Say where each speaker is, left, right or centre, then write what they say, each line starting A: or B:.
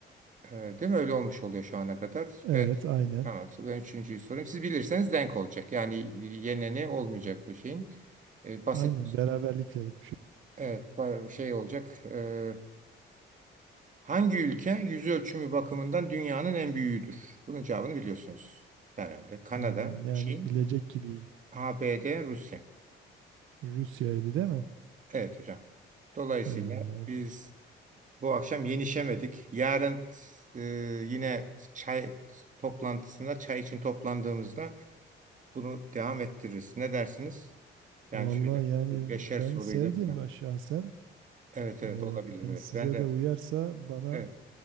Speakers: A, on the right; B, on the right.
A: E, değil mi? Öyle olmuş oluyor şu ana kadar.
B: Evet,
A: Ben,
B: aynen.
A: tamam, ben üçüncüyü sorayım. Siz bilirseniz denk olacak. Yani yeneni olmayacak bu şeyin. E, basit
B: Aynen beraberlikle bitmiş.
A: evet, ba- şey olacak. E, Hangi ülke yüz ölçümü bakımından dünyanın en büyüğüdür? Bunun cevabını biliyorsunuz herhalde. Kanada,
B: Hmm, yani
A: Çin,
B: bilecek gibiyim.
A: ABD, Rusya.
B: Rusya'ydı değil mi?
A: Evet hocam. Dolayısıyla
B: Ee,
A: biz bu akşam yenişemedik. Yarın e, yine çay toplantısında, çay için toplandığımızda bunu devam ettiririz. Ne dersiniz? Yani
B: valla
A: şöyle
B: yani
A: bir beşer
B: ben
A: soruyla
B: sevdim
A: falan.
B: ben şahsen.
A: Evet evet
B: Ee,
A: olabilir.
B: yani
A: Evet.
B: size
A: Ben de
B: de uyarsa bana
A: evet.